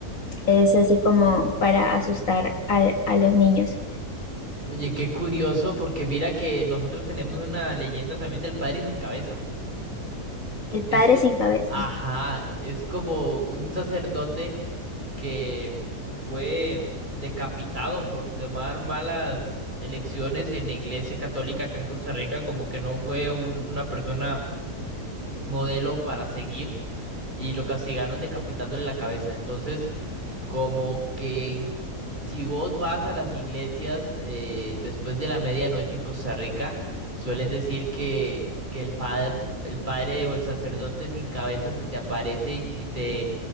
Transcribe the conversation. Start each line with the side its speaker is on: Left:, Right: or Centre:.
Left: Es así como para asustar al- a, los niños.
Right: Oye, qué curioso, porque mira que nosotros tenemos una leyenda también del padre sin cabeza.
Left: El padre
Right: Este,
Left: sin cabeza.
Right: ajá, es como un sacerdote que fue decapitado por tomar malas elecciones en la iglesia católica acá en Costa Rica, como que no fue un- una persona modelo para seguir y lo castigaron decapitándole la cabeza. Entonces, como que en- si vos vas a las iglesias eh, después de la medianoche en Costa Rica, suelen decir que, que el padre, el padre o el sacerdote sin cabeza se te aparece y, y te,